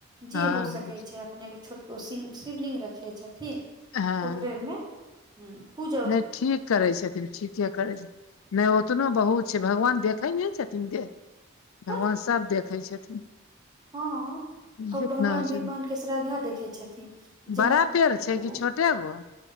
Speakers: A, on the right; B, on the left.
A: जे
B: हँ
A: हो सकै छै अपने एगो छोटगो शिवलिंग रखले छथिन
B: हँ
A: तऽ ओकरे मे हु पुजा
B: नहि ठीक करै छथिन ठीके करै छथि नहि ओतनो बहुत छै भगवान देखै नहि छथिन देह
A: तऽ
B: भगवान सभ देखै छथिन
A: हँ आ
B: जेतना
A: भगवान
B: होइ छै
A: भी मान के श्रद्धा देखै छथिन जेना
B: बड़ा पेड़ छै
A: ओ
B: कि छोट कत हब <unintelligible>